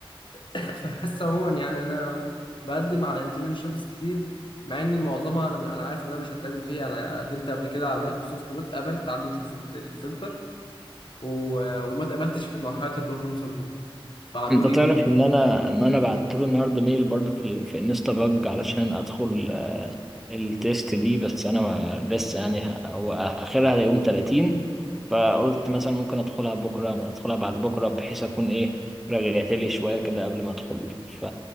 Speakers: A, on the left; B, in the centre.
A: <laughs> فبس عموما يعني انا بقدم على انترنشيبس كتير مع ان معظمها انا انا عارف ان انا مش هتقابل فيها انا قدمت قبل كده على مايكروسوفت واتقبلت عدت الفلت- الفلتر و- وما اتقبلتش في مرحله البروبلم سولفنج بعتوا
B: انت
A: لي
B: تعرف ان انا ان انا بعت له النهارده ميل برضو في ال- في انستا باج علشان ادخل آه، التيست دي بس انا ما لسه يعني ه- هو اخرها يوم 30 فقلت مثلا ممكن ادخلها بكره ادخلها بعد بكره بحيث اكون ايه رجعت لي شويه كده قبل ما ادخل ف